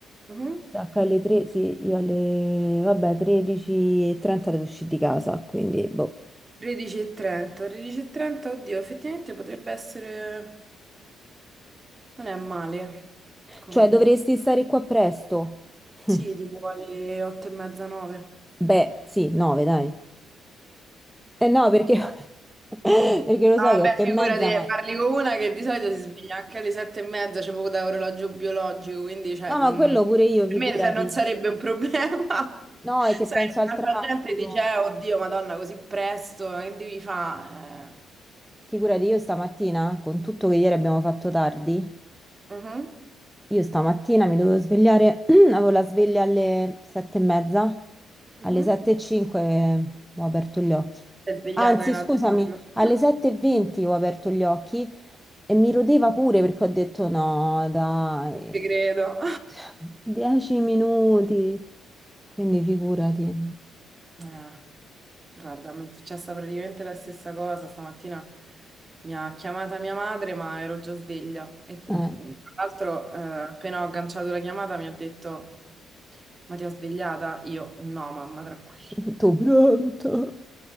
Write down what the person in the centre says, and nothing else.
sacca alle 3, sì, io alle, vabbè, 13.30 devo uscire di casa, quindi, boh.
Cioè, dovresti stare qua presto. <laughs>
Beh, sì, 9, dai. Eh no, perché, <laughs> perché lo
so
che è otto
e mezza,
ma...
No,
ma quello pure io, figurati.
No,
è che penso al
traffico.
Figurati, io stamattina, con tutto che ieri abbiamo fatto tardi,
io stamattina mi dovevo svegliare, <clears throat> avevo la sveglia alle sette e mezza,
alle sette e cinque ho aperto gli occhi.
Anzi,
scusami, alle
sette e venti ho aperto gli occhi e mi rodeva pure perché ho detto no, dai,
<laughs> dieci minuti. Quindi figurati.
Vabbè.
Eh.
<laughs> Tutto pronto.